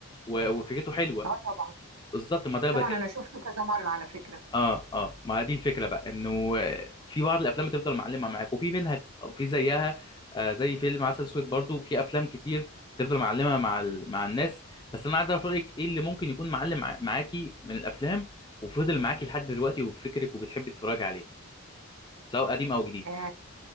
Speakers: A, on the left; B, on the right.
A: و... وفكرته حلوه
B: اه طبعا
A: بالظبط ما ده اللي
B: طبعا
A: بتكلم
B: انا شفته كذا مره على فكره
A: اه اه ما دي الفكره بقى انه آه، في بعض الافلام بتفضل معلمه معاك وفي منها في زيها آه زي فيلم عسل اسود برضو في افلام كتير تفضل معلمه مع ال... مع الناس بس انا عايز اعرف رايك ايه اللي ممكن يكون معلم مع- معاكي من الافلام وفضل معاكي لحد دلوقتي وفي فكرك وبتحبي تتفرجي عليه سواء قديم او جديد
B: آه،